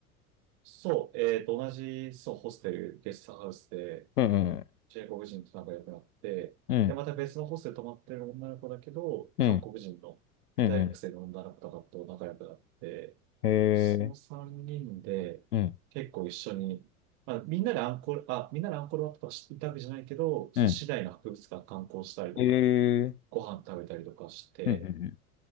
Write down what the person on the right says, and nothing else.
そう、えっと、同じ、そう、ホステル、ゲストハウスで、
中国人と仲良くなって、
で、また別のホステル泊まってる女の子だけど、
韓国人の大学生の女の子とかと仲良くなって、
その3人で結構一緒に、
まあ、みんなでアンコール、あ、みんなでアンコールワットとか行ったわけじゃないけど、
その市内の博物館観光したりとか、
ご飯食べたりとかして、